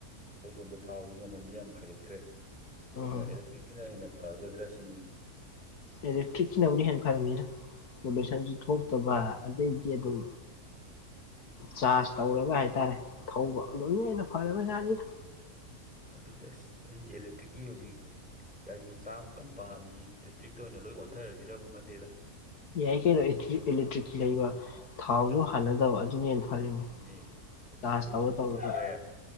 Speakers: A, in the centre; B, on the left (about 80°).
A: ꯑꯩꯈꯣꯏ ꯁꯣꯝꯗ ꯊꯥꯎꯁꯤ ꯃꯃꯟꯁ ꯌꯥꯝ ꯍꯥꯏꯒꯠꯈ꯭ꯔꯦ ꯑꯗꯨꯅ
B: ꯎꯝ
A: ꯑꯦꯂꯦꯛꯇ꯭ꯔꯤꯛꯁꯤꯅ ꯍꯦꯟꯅ ꯐꯒꯗ꯭ꯔꯥ ꯁꯤꯅꯤꯅꯦ
B: ꯑꯦꯂꯦꯛꯇ꯭ꯔꯤꯛꯁꯤꯕꯨꯅ ꯍꯦꯟꯅ ꯐꯔꯅꯤꯅ ꯄꯣꯂꯨꯁꯟꯁꯨ ꯊꯣꯛꯇꯕ ꯑꯗꯩꯗꯤ ꯑꯗꯨꯝ
A: <inaudible>
B: ꯆꯥꯔꯖ ꯇꯧꯔꯒ ꯍꯥꯏꯇꯥꯔꯦ ꯊꯧꯕ ꯑꯗꯨꯅ ꯍꯦꯟꯅ ꯐꯔꯕꯖꯥꯠꯅꯤꯅ
A: ꯑꯗꯨꯅꯦ ꯑꯁ ꯑꯩꯁꯦ ꯑꯦꯂꯦꯛꯇ꯭ꯔꯤꯛꯀꯤ ꯍꯧꯖꯤꯛ ꯒꯥꯔꯤ ꯃꯆꯥ ꯑꯃꯨꯛ ꯀꯟꯅ ꯄꯥꯝꯃꯤꯌꯦ ꯑꯦꯂꯦꯛꯇ꯭ꯔꯤꯛꯇ ꯑꯣꯏꯅ ꯂꯣꯏ ꯑꯣꯟꯊꯔꯁꯤꯔꯕꯨ ꯈꯜꯂꯦꯗ
B: ꯌꯥꯏ ꯀꯩꯅꯣ ꯏꯂꯦꯛꯇ꯭ꯔꯤꯛꯀꯤ ꯂꯩꯕ ꯊꯥꯎꯁꯨ ꯍꯥꯟꯅꯗꯕ ꯑꯗꯨꯅꯦꯅ ꯐꯔꯤꯅꯤ
A: ꯑꯗꯨꯅꯦ ꯍꯥꯏꯗꯤ
B: ꯆꯥꯔꯖ
A: ꯄꯣꯂꯨꯁꯟꯁꯨ
B: ꯇꯧꯔ ꯇꯧꯔꯒ
A: ꯊꯣꯛꯇ꯭ꯔꯦ